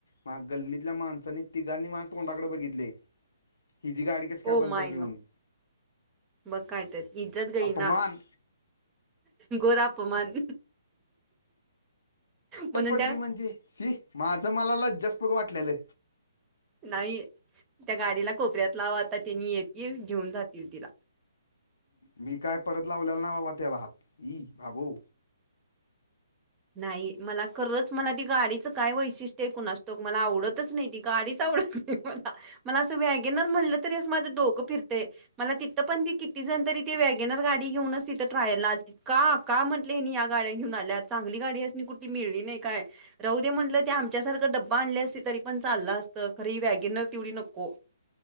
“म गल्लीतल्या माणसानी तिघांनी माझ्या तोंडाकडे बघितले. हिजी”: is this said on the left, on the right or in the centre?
Left